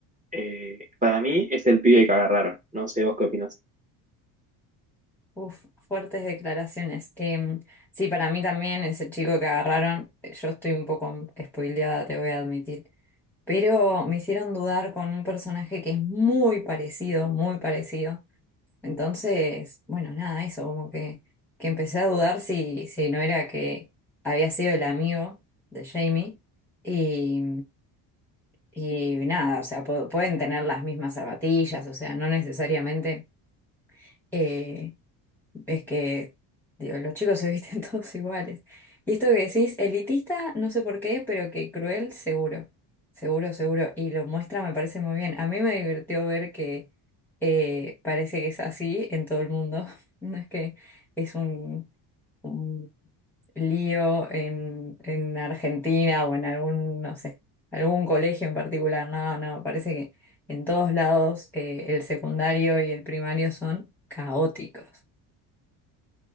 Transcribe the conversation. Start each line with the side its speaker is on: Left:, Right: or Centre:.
Right: Eh, para mí es el pibe que agarraron, no sé vos qué opinás.
Centre: Uf, fuertes declaraciones. Em, sí, para mí también ese chico que agarraron, yo estoy un poco spoileada, te voy a admitir, pero me hicieron dudar con un personaje que es muy parecido, muy parecido. Entonces, bueno, nada, eso, como que, que empecé a dudar si, si no era que había sido el amigo de Jamie y, y nada, o sea, pu- pueden tener las mismas zapatillas, o sea, no necesariamente... eh, es que, digo, los chicos se visten <laughs> todos iguales. Y esto que decís, elitista, no sé por qué, pero que cruel, seguro. Seguro, seguro. Y lo muestra, me parece muy bien. A mí me divirtió ver que eh, parece que es así en todo el mundo. <laughs> No es que es un, un lío en, en Argentina o en algún, no sé, algún colegio en particular. No, no, parece que en todos lados eh, el secundario y el primario son caóticos.